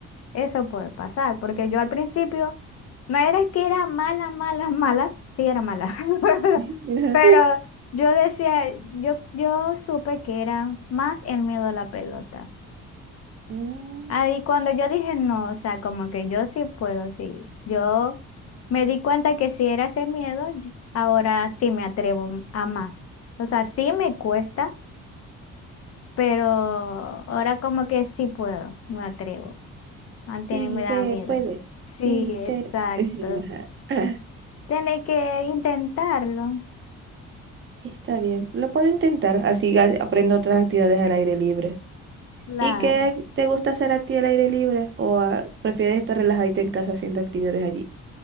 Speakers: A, on the left; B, on the right.
A: Eso puede pasar, porque yo al principio, no era que era mala, mala, mala, sí era mala, <laughs>
B: <laughs>
A: pero yo decía, yo, yo supe que era más el miedo a la pelota.
B: Mm,
A: Ahí cuando yo dije, no, o sea, como que yo sí puedo, sí, yo me di cuenta que si era ese miedo, y- ahora sí me atrevo a más. O sea, sí me cuesta, pero ahora como que sí puedo, me atrevo. Antes
B: Sí,
A: me da
B: se
A: miedo.
B: puede.
A: Sí,
B: Sí,
A: exacto.
B: se... <laughs>
A: Tiene que intentarlo.
B: Está bien, lo puedo intentar, así a- aprendo otras actividades al aire libre.
A: Claro.
B: ¿Y qué te gusta hacer a ti al aire libre? ¿O ah, prefieres estar relajadita en casa haciendo actividades allí?